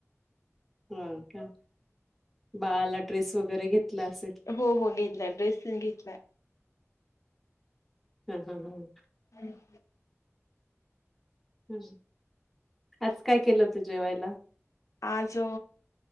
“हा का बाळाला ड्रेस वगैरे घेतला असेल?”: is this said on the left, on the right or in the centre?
Centre